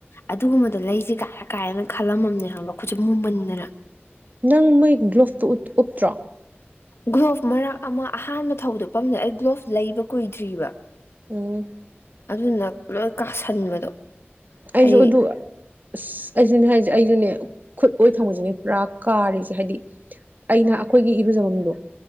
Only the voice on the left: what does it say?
ꯑꯗꯨꯒꯨꯝꯕꯗꯣ ꯂꯩꯁꯦ ꯀꯥꯏꯔ ꯀꯥꯏꯅ ꯈꯜꯂꯝꯃꯕꯅꯦ ꯍꯥꯏꯕꯣ ꯑꯩꯠꯁꯨ ꯃꯨꯃꯟꯗꯅ
ꯒ꯭ꯂꯣꯚ ꯃꯔꯛ ꯑꯃ ꯑꯍꯥꯟꯕ ꯊꯧꯗ ꯄꯝꯗ ꯑꯩ ꯒ꯭ꯂꯣꯚ ꯂꯩꯕ ꯀꯨꯏꯗ꯭ꯔꯤꯕ
ꯑꯗꯨꯅ ꯂꯣꯏ ꯀꯥꯁꯟꯕꯗꯣ
ꯑꯩ
ꯎꯝ